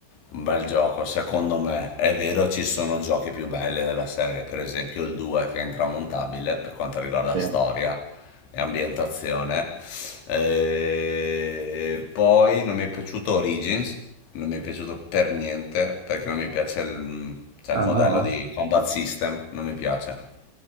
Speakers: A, on the left; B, on the right.
A: Un bel gioco, secondo me. È vero, ci sono giochi più belli della serie, per esempio il 2 che è intramontabile per quanto riguarda
B: Sì.
A: storia e ambientazione. E poi non mi è piaciuto Origins, non mi è piaciuto per niente perché non mi piace il, cioè,
B: Ah
A: il modello
B: no?
A: di combat system, non mi piace.